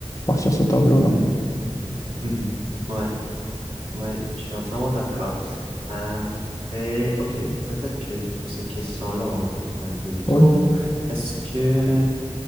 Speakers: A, on the left (about 30°); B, on the right (about 60°).
A: partir de ce tableau-là.
B: Mhm, mhm. Ouais. Ouais, je suis entièrement d'accord. Euh, mais ok, peut-être que pour cette question-là, on a fait un peu le tour.
A: Ouais.
B: Est-ce que